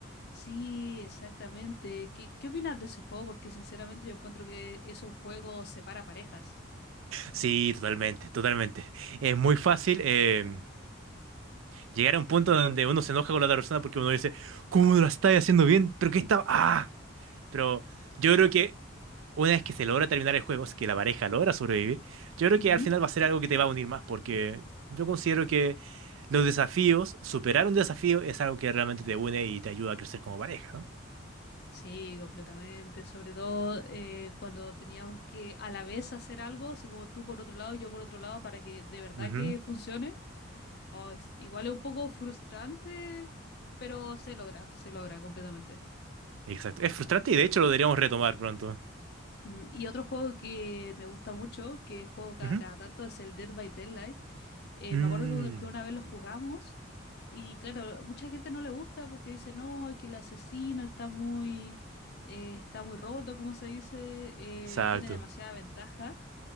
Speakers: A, on the left; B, on the right.
A: Sí, exactamente. ¿Qué, qué opinas de ese juego? Porque sinceramente yo encuentro que es un juego separa parejas.
B: Sí, totalmente, totalmente. Es muy fácil eh, llegar a un punto donde uno se enoja con la otra persona porque uno dice, ¿cómo lo estás haciendo bien? ¿Pero qué estaba? ¡Ah! Pero yo creo que una vez que se logra terminar el juego, si que la pareja logra sobrevivir, yo creo
A: Ujú.
B: que al final va a ser algo que te va a unir más, porque yo considero que los desafíos, superar un desafío es algo que realmente te une y te ayuda a crecer como pareja, ¿no?
A: Sí, completamente. Sobre todo eh, cuando teníamos que a la vez hacer algo, así como tú por otro lado y yo por otro lado, para que de verdad
B: Ujú,
A: que funcione. Oh, es- igual es un poco frustrante, pero se logra, se logra completamente.
B: Exacto. Es frustrante y de hecho lo deberíamos retomar pronto.
A: Mm, Y otro juego que me gusta mucho, que juego cada,
B: Ujú.
A: cada tanto, es el Dead by Daylight. Eh,
B: Mm,
A: me acuerdo que una, que una vez lo jugamos y claro, mucha gente no le gusta porque dice, no, es que el asesino está muy, eh, está muy roto, como se dice, eh,
B: exacto.
A: tiene demasiada ventaja.